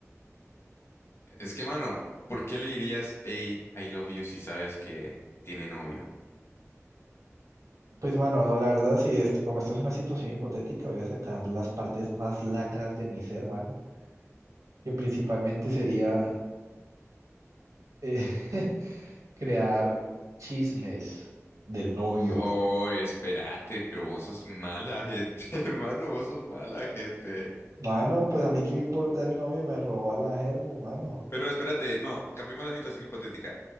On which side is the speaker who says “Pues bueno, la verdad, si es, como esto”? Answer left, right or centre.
Right